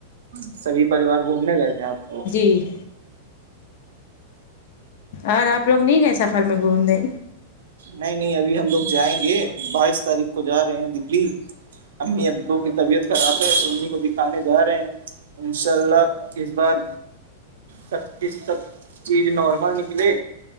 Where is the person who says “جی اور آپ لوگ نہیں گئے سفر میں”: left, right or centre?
Left